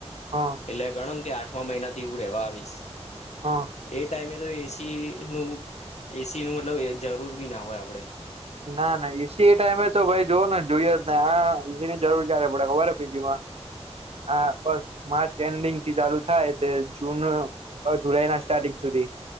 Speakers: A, on the right (about 60°); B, on the left (about 75°).
A: હા
B: એટલે ગણો ન કે આ ઠમા મહિનાથી હું રેવા આવીશ,
A: હા
B: એ ટાઈમે એ સી નું એ સી નું મતલબ એ જરૂર બી ના હોય આપડે
A: ના ના, ઈ સી એ ટાઈમે તો ભાઈ જોઓને જોઈએ જ ને આ ઈ સી ની જરૂર ક્યારે પડે ખબર હે પી જી માં હા બસ મા ચ એન્ડિંગથી ચાલુ થાય તે જૂન અ જુલાઈના સ્ટાર્ટિંગ સુધી